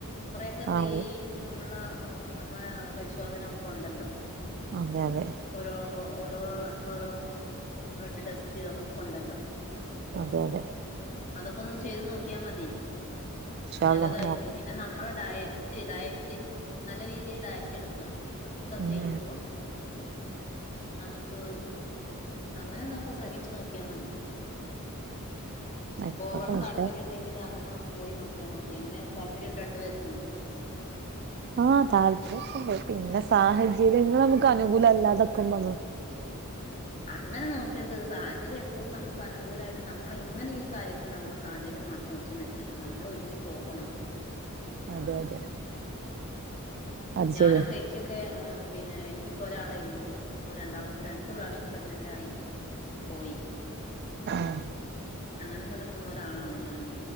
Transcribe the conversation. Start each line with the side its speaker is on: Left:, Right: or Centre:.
Left: കുറെയൊക്കെ ഫ്രീ
Right: ആഹ്
Left: ഉള്ള നമ്മളെ പരിശോധന ഒക്കെ ഉണ്ടല്ലോ
Right: അതെ അതെ
Left: ഓരോ ഓരോ നന്മളോരോ ബ്ലഡ് ടെസ്റ്റ് അതൊക്കെ ഉണ്ടല്ലോ
Right: അതെ അതെ
Left: അതൊക്കെ ഒന്ന് ചെയ്ത് നോക്കിയാൽ മതി
Right: ഇൻഷാ
Left: നല്ലതായിരിക്കും.
Right: അല്ലാഹ് നോക്കാം
Left: പിന്നെ നമ്മളെ ഡയറ്റ് ഡയറ്റ് ഡയറ്റ് നല്ല രീതിയിൽ ഡയറ്റ് എടുക്കാ അങ്ങനെയൊക്കെ
Right: ഉം
Left: ചെയ്യുമ്പോ നമുക്ക് അങ്ങനെ നോക്കോ ശ്രമിച്ചു നോക്കിയാൽ മതി
Right: ആയിക്കോട്ടെ
Left: പോവണം
Right: ഇൻഷാ
Left: താല്പര്യം ഒണ്ടെങ്കില് അങ്ങനാ പോയി നോക്കിയാൽ മതി അങ്ങനെ താല്പര്യംഉണ്ടെ രണ്ടു പേർക്കും
Right: ആഹ് താല്പര്യം ഒക്കെ ഉണ്ട് പിന്നെ സാഹചര്യങ്ങൾ നമുക്ക് അനുകൂല അല്ലാതപ്പോ <unintelligible>
Left: അങ്ങനെ നോക് നിക്കരുത് സാചര്യം എപ്പഴും നമുക്ക് അനുകൂലമായിട്ട് നമ്മള ഇങ്ങനെ ഈ കാര്യത്തിൽ നമ്മ സഹചര്യം മാത്രം നോക്കി നിക്ക ക്കരുത് നമ്മളൊരുങ്ങിപ്പോവണം
Right: അതെ അതെ അത്
Left: ഞാനൊക്കെ
Right: ശരിയാ
Left: എനിക്കൊക്കെ പിന്നെ എനിക്കിപ്പോ ഒരാളെ ഉള്ളൂ അപ്പൊ രണ്ടാമത്തെ രണ്ടു പ്രാവ്യ- പ്രെഗ്നന്റായി പോയി
Right: ആഹ്
Left: അങ്ങനെയൊക്കെ നിൽക്കുന്ന ഒരാളാണ് ഞാന്